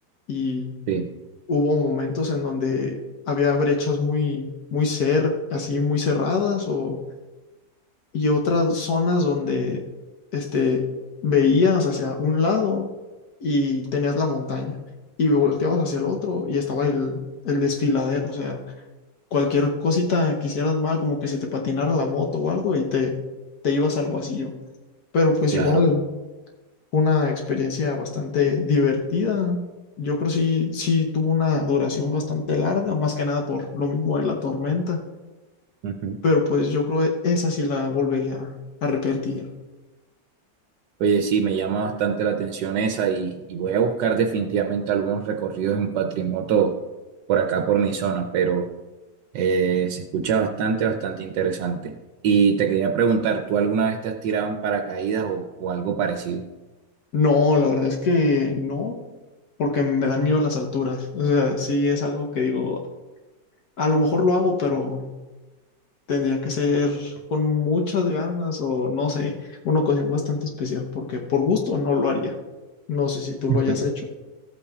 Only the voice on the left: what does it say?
y
hubo momentos en donde había brechas muy, muy cer, así muy cerradas o y otras zonas donde este, veías hacia un lado y tenías la montaña y volteabas hacia el otro y estaba el, el desfiladero, o sea, cualquier cosita que hicieras mal, como que se te patinara la moto o algo y te, te ibas al vacío. Pero pues
igual fue una experiencia bastante divertida. Yo creo que sí, sí tuvo una duración bastante larga, más que nada por lo mismo de la tormenta,
pero pues yo creo que esa sí la volvería a repetir.
No, la verdad es que no, porque me dan miedo las alturas. O sea, sí es algo que digo, a lo mejor lo hago, pero tendría que ser con muchas ganas o no sé, una ocasión bastante especial, porque por gusto no lo haría. No sé si tú
lo hayas hecho.